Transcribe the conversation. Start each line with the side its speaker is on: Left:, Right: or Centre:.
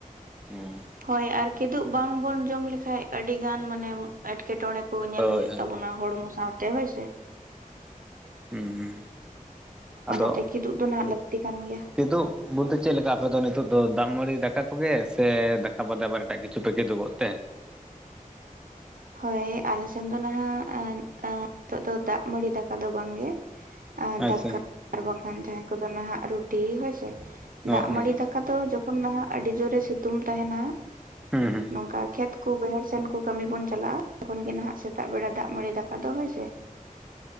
Centre: ᱦᱚᱸᱻ
Right: ᱦᱳᱭ ᱟᱨ ᱠᱤᱫᱩᱜ ᱵᱟᱝ ᱵᱚᱱ ᱡᱚᱢ ᱞᱮᱠᱟᱱ ᱟᱹᱰᱤ ᱜᱟᱱ ᱢᱟᱱᱮ ᱮᱴᱠᱮᱴᱚᱬᱮ ᱠᱚ ᱧᱮᱞ
Centre: ᱦᱳᱭ
Right: ᱦᱩᱭᱩᱜ
Centre: ᱦᱳᱭ
Right: ᱛᱟᱵᱚᱱᱟ ᱦᱚᱲᱢᱚ ᱥᱟᱶᱛᱮ ᱦᱳᱭ ᱥᱮ ᱾
Centre: ᱦᱩᱸ ᱟᱫᱚ
Right: ᱚᱱᱟᱛᱮ ᱠᱤᱫᱩᱵ ᱫᱚ ᱱᱟᱦᱟᱜ ᱞᱟᱹᱠᱛᱤ ᱠᱟᱱ ᱜᱮᱭᱟ
Centre: ᱠᱮᱫᱩᱜ ᱡᱤᱥᱩ ᱫᱚ ᱪᱮᱫ ᱞᱮᱠᱟ ᱟᱯᱮ ᱫᱚ ᱱᱤᱛᱚᱜ ᱫᱚ ᱫᱟᱜ ᱢᱟᱹᱲᱤ ᱫᱟᱠᱟ ᱠᱚᱜᱮ ᱥᱮ ᱫᱟᱠᱟ ᱵᱟᱫᱮ ᱟᱵᱟᱨ ᱮᱴᱟᱜ ᱠᱤᱪᱷᱩ ᱯᱮ ᱠᱮᱫᱩᱜᱚᱜ ᱛᱮ?
Right: ᱦᱳᱭ ᱟᱞᱮᱥᱱ ᱫᱚ ᱱᱟᱦᱟᱜ <unintelligible> ᱱᱤᱛᱚᱜ ᱫᱚ ᱫᱟᱜ ᱢᱟᱹᱲᱤ ᱫᱟᱠᱟ ᱫᱚ ᱵᱟᱝ ᱜᱮ,
Centre: ᱟᱪᱪᱷᱟ
Right: ᱫᱟᱠᱟ ᱟᱨ ᱵᱟᱝᱠᱷᱟᱱ ᱡᱟᱦᱟᱸᱭ ᱠᱚᱫᱚ ᱱᱟᱦᱟᱜ ᱨᱩᱴᱤ ᱦᱳᱭ ᱥᱮ ᱾
Centre: ᱚ
Right: ᱫᱟᱜ
Centre: ᱚ ᱦᱩᱸ
Right: ᱢᱟᱹᱲᱤ ᱫᱟᱠᱟ ᱡᱚᱠᱷᱚᱱ ᱱᱟᱦᱟᱜ ᱟᱹᱰᱤ ᱡᱳᱨᱮ ᱥᱤᱛᱩᱝ ᱛᱟᱦᱮᱱᱟ
Centre: ᱦᱩᱸ
Right: ᱱᱚᱝᱠᱟ ᱠᱷᱮᱛ ᱠᱚ ᱵᱟᱹᱭᱦᱟᱹᱲ ᱥᱮᱱ ᱠᱚ ᱠᱟᱹᱢᱤ ᱵᱚᱱ ᱪᱟᱞᱟᱜᱼᱟ ᱛᱚᱠᱷᱚᱱ ᱜᱮ ᱱᱟᱦᱟᱜ ᱥᱮᱛᱟᱜ ᱵᱮᱲᱟ ᱫᱟᱜ ᱢᱟᱹᱲᱤ ᱫᱟᱠᱟ ᱫᱚ ᱦᱳᱭ ᱥᱮ ᱾